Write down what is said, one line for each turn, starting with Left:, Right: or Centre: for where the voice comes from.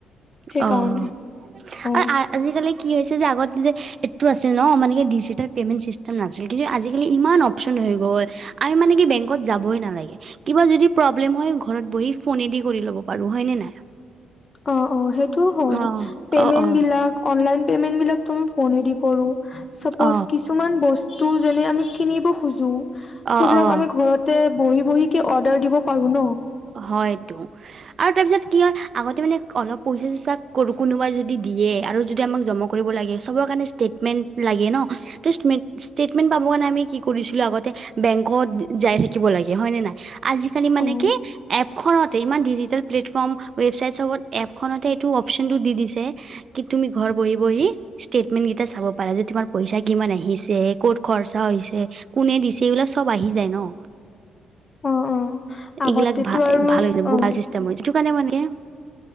Left: সেইকাৰণে
Right: অঁ
Left: অ'
Right: আৰু আজি-কালি কি হৈছিল যে আগত যে সেইটো আছিল ন মানে কি ডিজিটেল পেমেণ্ট চিষ্টেম নাছিল কিন্তু আজিকালি ইমান অপচন হৈ গ'ল আৰু মানে কি বেংক কত যাবয়ে নালাগে, কিবা যদি প্ৰব্লেম হয় ঘৰত বহি ফোনেদি কৰি ল'ব পাৰো হয়নে নাই।
Left: অ- অ সেইটোও হয়,
Right: অ
Left: পেইমেণ্টবিলাক
Right: অ অ
Left: অনলাইন পেইমেণ্ট বিলাক টো আমি ফোনেদি কৰোঁ, চাপজ
Right: অ
Left: কিছুমান বস্তু যেনে আমি কিনিব খো খুজোঁ।
Right: অ
Left: সেইবিলাক
Right: অ
Left: আমি ঘৰতে বহি বহিকে অৰ্ডাৰ দিব পাৰো ন।
Right: হয় এইটো, আৰু তাৰপিছত কি হয়, আগতে মানে অলপ পইচা চইচা কোনোবাই যদি দিয়ে, আৰু যদি আমাক জমা কৰিব লাগে, চবৰ কাৰণে ষ্টেটমেন্ট লাগে ন, ত' ষ্টেটমেন্ট পাব কাৰণে আমি কি কৰিছিলো আগতে, বেংকত যাই থাকিব লাগে হয়নে নাই? আজিকালি মানে
Left: <inaudible>
Right: ঘৰতে, ইমান ডিজিটেল প্লেটফৰ্ম, ৱেবচাইট চবত এপখনতে এইটো অপশচনটো দি দিছে, কি তুমি ঘৰ বহি বহি ষ্টেটমেন্ট কেইটা চাব পাৰা যে, তোমাৰ পইচা কিমান আহিছে, ক'ত খৰচা হৈছে, কোনে দিছে এইবিলাক চব আহি যায় ন
Left: অ' অ'। আগতেতো
Right: এইগিলাক ভা-ভাল
Left: আৰু
Right: হৈছে,
Left: অ'
Right: ভাল চিষ্টেম, যিটো <unintelligible>